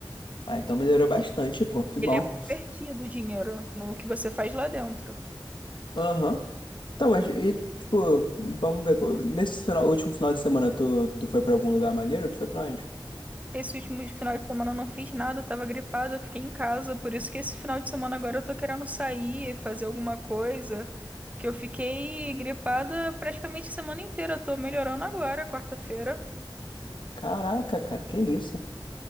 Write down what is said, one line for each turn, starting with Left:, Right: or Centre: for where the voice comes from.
Left: Ah, então melhorou bastante, pô. Que
Right: Ele
Left: bom.
Right: é convertido o dinheiro no que você faz lá dentro.
Left: Aham. Então, mas e, tipo, vamos ver. pô, Nesse final, último final de semana, tu, tu foi pra algum lugar maneiro? Tu foi pra onde?
Right: Esse último final de semana eu não fiz nada, eu tava gripada, eu fiquei em casa. Por isso que esse final de semana agora eu tô querendo sair, fazer alguma coisa. Que eu fiquei gripada praticamente a semana inteira. Eu tô melhorando agora, quarta-feira.
Left: Caraca, cara, que isso?